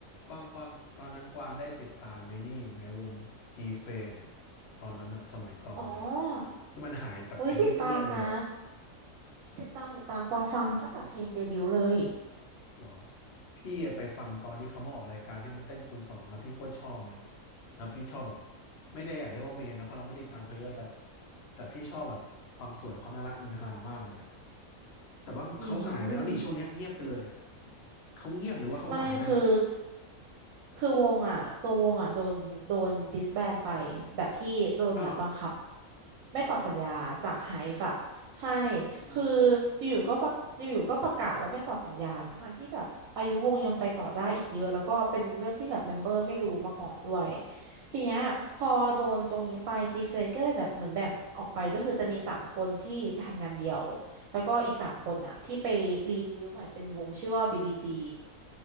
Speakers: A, on the left; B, on the right.
A: กวางกวางตอนนั้นกวางได้ติดตามไอ้นี่อยู่ไหมวง G f a n อะตอนนั้นอะสมัยเก่าเลยอะ
B: อ๋อ
A: ที่มันหายแบบไปเงียบๆเลยอะ
B: อุ้ยติดตามนะติดตามติดตามกวางฟังตั้งแต่เพลงเดบิวต์เลย
A: อืมหรอพี่อะไปฟังตอนที่เขามาออกรายการที่มันเต้นคูณสองอะพี่โคตรชอบเลยแล้วพี่ชอบแบบไม่ได้อยากเรียกว่าเมนนะเพราะเราไม่ได้ตามเขาเยอะแต่แต่พี่ชอบแบบความสวยความน่ารักอินหามากเลยอะแต่ว่าเขาหายไปแล้วนี่ช่วงเนี้ยเงียบไปเลยอะ
B: อืม
A: เขาเงียบหรือว่าเขาหายไปนะ
B: ไม่คือคือวงอ่ะตัววงอ่ะโดนโดนดิสแบนไปแบบที่โดนแบบบังคับ
A: อ้าว
B: ไม่ต่อสัญญาจากไฮฟ์อะใช่
A: เหรออ๋อ
B: คืออยู่ๆก็ประอยู่ๆก็ประกาศว่าไม่ต่อสัญญาทางที่แบบอายุวงยังไปต่อได้อีกเยอะแล้วก็เป็นเรื่องที่แบบเมมเบอร์ไม่รู้มาก่อนด้วยทีเนี้ยพอโดนตรงนี้ไปจีเฟนก็เลยแบบเหมือนแบ่งออกไปก็คือจะมีสามคนที่ไปทำงานเดี่ยวแล้วก็อีกสามคนอะที่ไปรีเดบิวต์ใหม่เป็นวงชื่อว่าบีบีจี